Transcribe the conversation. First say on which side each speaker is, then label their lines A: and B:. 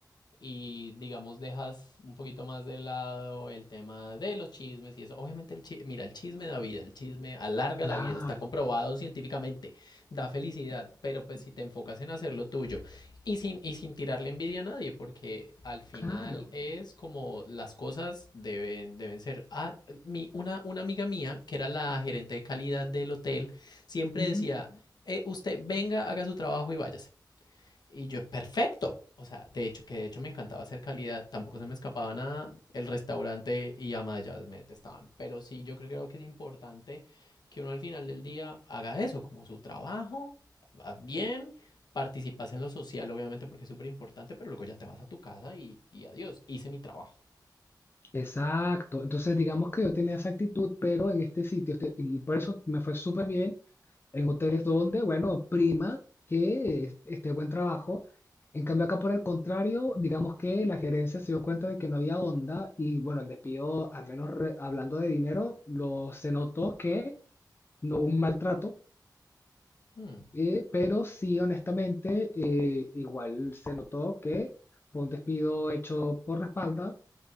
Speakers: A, on the left (about 70°); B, on the left (about 30°).
A: y digamos dejas un poquito más de lado el tema de los chismes y eso. Obviamente el chisme, mira, el chisme da vida, el chisme alarga
B: Claro,
A: la vida, está comprobado científicamente, da felicidad, pero pues si te enfocas en hacer lo tuyo y sin, y sin tirarle envidia a nadie, porque al final
B: claro.
A: es como las cosas deben, deben ser. Ah, mi, una, una amiga mía, que era la gerente de calidad del hotel, siempre
B: Ujú.
A: decía, eh, usted venga, haga su trabajo y váyase. Y yo, perfecto. O sea, de hecho, que de hecho me encantaba hacer calidad, tampoco se me escapaba nada. El restaurante y ama de llaves me detestaban. Pero sí, yo creo, que es importante que uno al final del día haga eso, como su trabajo, va bien, participas en lo social, obviamente, porque es súper importante, pero luego ya te vas a tu casa y, y adiós, hice mi trabajo.
B: Exacto. Entonces, digamos que yo tenía esa actitud, pero en este sitio, este- y por eso me fue súper bien En hoteles donde, bueno, prima que es- esté buen trabajo. En cambio, acá por el contrario, digamos que la gerencia se dio cuenta de que no había onda y bueno, el despido, al menos re- hablando de dinero, lo, se notó que no hubo un maltrato,
A: Hmm,
B: eh, pero sí, honestamente, eh, igual se notó que fue un despido hecho por la espalda